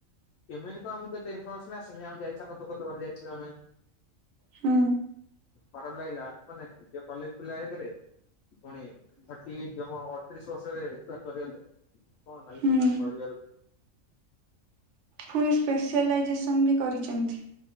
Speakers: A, on the left (about 75°); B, on the right (about 65°).
A: କେବେବି କଁ ଆମକୁ ଏତେ ଇନଫର୍ମେସନ ଆସିନି ଆମେ ଯାଇଥାନ୍ତୁ ଶୋକ ସଭାରେ ଯାଇଥିଲୁ ଆମେ।
B: ହଁ।
A: ଖରାପ ଲାଗିଲା ମାନେ ନିଜ କଲେଜ ପିଲାଏକରେ ପୁଣି ଥାଟି ଏଇଟ ଜମା ଅଠତିରିଶ ବର୍ଷରେ ଏକ୍ସ ପାର କରିଗଲେ। କଁ ନାଗିଥିବ
B: ହୁଁ।
A: ତାଙ୍କ ପରିବାର
B: ପୁଣି ସ୍ପେସିଆଲାଇଜେସନ୍ ବି କରିଛନ୍ତି।